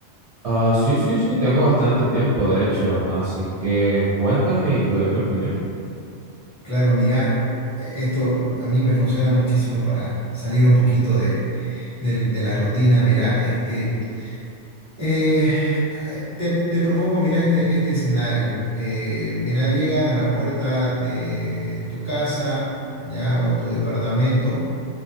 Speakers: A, on the right (about 55°); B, on the right (about 15°).
A: Ah, sí, sí, sí, tengo bastante tiempo, de hecho, así que cuéntame y te doy mi opinión.
B: Claro, mira, eh, esto a mí me funciona muchísimo para salir un poquito de, del- de la rutina. Mira, este, eh, te, te propongo, mira, este, este escenario. Eh, mira, llegan a la puerta de tu casa, ya, o tu departamento.